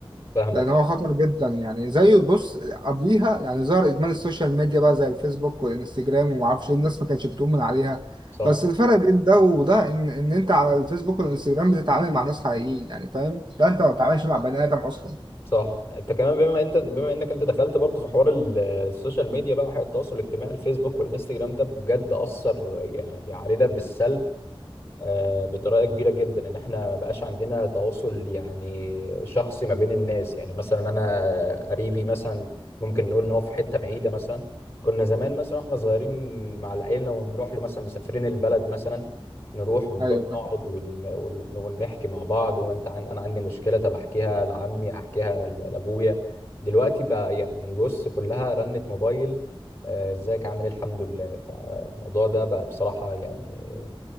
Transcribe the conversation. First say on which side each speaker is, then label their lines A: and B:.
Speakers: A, on the left; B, on the right.
A: فاهمك
B: لان هو خطر جدا يعني زي بص قبليها يعني ظهر ادمان السوشيال ميديا بقى زي الفيسبوك والانستجرام وما اعرفش ايه الناس ما كانتش بتؤمن عليها
A: صح
B: بس الفرق بين ده وده ان ان انت على الفيسبوك والانستجرام بتتعامل مع ناس حقيقيين يعني فاهم ده انت ما بتتعاملش مع بني ادم اصلا
A: صح انت كمان بما انت بما انك انت دخلت برضه في حوار ال- السوشيال ميديا بقى وحياة التواصل الاجتماعي الفيسبوك والانستجرام ده بجد اثر يعني علينا بالسلب آه، بطريقه كبيره جدا ان احنا ما بقاش عندنا تواصل يعني شخصي ما بين الناس يعني مثلا انا قريبي مثلا ممكن نقول ان هو في حته بعيده مثلا كنا زمان مثلا واحنا صغيرين مع العيله ونروح له مثلا مسافرين البلد مثلا نروح ونروح
B: ايوه
A: نقعد ون... ون... ونحكي مع بعض وانت عن... انا عندي مشكله طب احكيها لعمي احكيها ل- لابويا دلوقتي بقى يعني بص كلها رنة موبايل آه، ازيك عامل ايه الحمد لله فالموضوع ده بقى بصراحه يعني